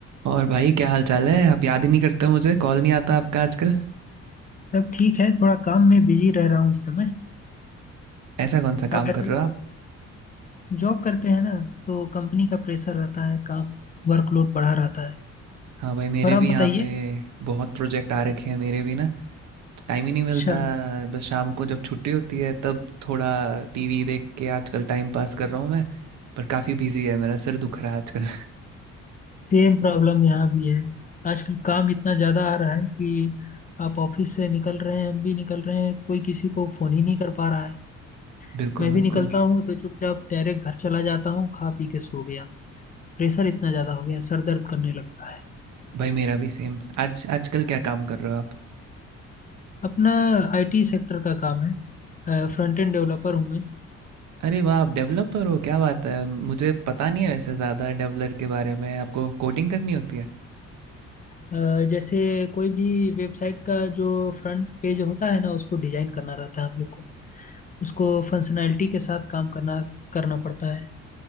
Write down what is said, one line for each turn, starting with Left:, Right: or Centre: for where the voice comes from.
Right: और भाई क्या हाल चाल है आप याद ही नहीं करते मुझे कॉल नहीं आता आपका आजकल
Left: सब ठीक है थोड़ा काम में बिजी रह रहा हूँ इस समय
Right: ऐसा कौन सा
Left: आप
Right: काम
Left: बताइए
Right: कर रहे हो आप
Left: जॉब करते हैं ना तो कंपनी का प्रेशर रहता है काम वर्कलोड बढ़ा रहता है
Right: हाँ भाई मेरे
Left: और आप
Right: भी
Left: बताइए
Right: यहाँ पे बहुत प्रोजेक्ट आ रखे हैं मेरे भी ना टाइम ही नहीं मिलता
Left: अच्छा
Right: बस शाम को जब छुट्टी होती है तब थोड़ा टीवी देख के आजकल टाइम पास कर रहा हूँ मैं पर काफ़ी बिजी है मेरा सिर दुख रहा है आजकल
Left: सेम प्रॉब्लम यहाँ भी है आजकल काम इतना ज़्यादा आ रहा है कि आप ऑफिस से निकल रहे हैं हम भी निकल रहे हैं कोई किसी को फ़ोन ही नहीं कर पा रहा है
Right: <laughs> बिल्कुल
Left: मैं
Right: बिल्कुल
Left: भी निकलता हूँ तो चुपचाप डायरेक्ट घर चला जाता हूँ खा पी के सो गया प्रेशर इतना ज़्यादा हो गया सर दर्द करने लगता है
Right: भाई मेरा भी सेम आज आजकल क्या काम कर रहे हो आप
Left: अपना आईटी सेक्टर का काम है फ्रंट एंड डेवलपर हूँ मैं
Right: अरे वाह आप डेवलपर हो क्या बात है मुझे पता नहीं है वैसे ज़्यादा डेवलपर के बारे में आपको कोडिंग करनी होती है
Left: अ, जैसे कोई भी वेबसाइट का जो फ्रंट पेज होता है ना उसको डिजाइन करना रहता है हम लोग को उसको फंक्शनैलिटी के साथ काम करना करना पड़ता है